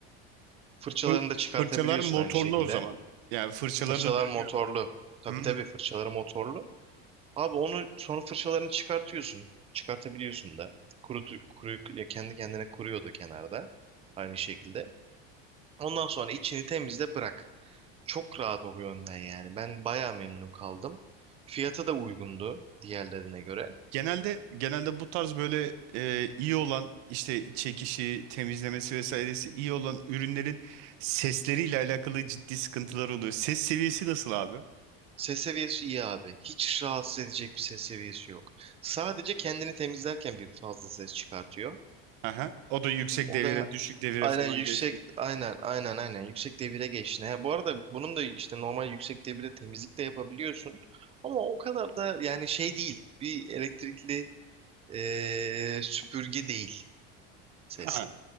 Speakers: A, on the right; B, on the right.
A: Fırçalarını
B: fır-
A: da çıkartabiliyorsun
B: fırçalar motorlu
A: aynı şekilde.
B: o zaman. Yani fırçaları
A: Fırçalar
B: da dönüyor.
A: motorlu. Tabii
B: Hı.
A: tabii fırçaları motorlu. Abi onu sonra fırçalarını çıkartıyorsun. Çıkartabiliyorsun da. Kurutu, kuruyu, ya kendi kendine kuruyor da kenarda. Aynı şekilde. Ondan sonra içini temizle bırak. Çok rahat o yönden yani. Ben bayağı memnun kaldım. Fiyatı da uygundu diğerlerine göre.
B: Genelde genelde bu tarz böyle e, iyi olan işte çekişi, temizlemesi vesairesi iyi olan ürünlerin sesleriyle alakalı ciddi sıkıntılar oluyor. Ses seviyesi nasıl abi?
A: Ses seviyesi iyi abi. Hiç rahatsız edecek bir ses seviyesi yok. Sadece kendini temizlerken bir fazla ses çıkartıyor.
B: Aha. O da yüksek
A: O
B: devire,
A: da
B: düşük devire
A: Aynen
B: falan
A: yüksek
B: geçti.
A: aynen aynen aynen yüksek devire geçtin. He, bu arada bunun da işte normal yüksek devirde temizlik de yapabiliyorsun. Ama o kadar da yani şey değil. Bir elektrikli eee, süpürge değil sesi.
B: Ha,